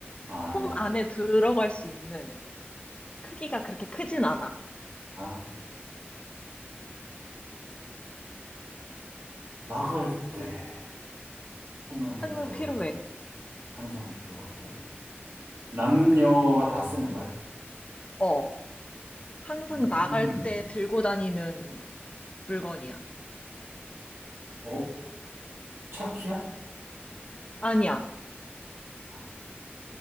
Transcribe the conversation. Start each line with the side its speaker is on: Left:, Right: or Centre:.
Right: 아,
Left: 손
Right: 아니야.
Left: 안에 들어갈 수 있는 크기가 그렇게 크진 않아.
Right: 아, 나갈 때 손 안에
Left: 항상
Right: 들어갈
Left: 필요해.
Right: 수 있, 항상 필요하고. 남녀가 다 쓰는 거야?
Left: 어, 항상
Right: 음,
Left: 나갈
Right: 음.
Left: 때 들고 다니는 물건이야.
Right: 어? 차키야?
Left: 아니야.
Right: 아,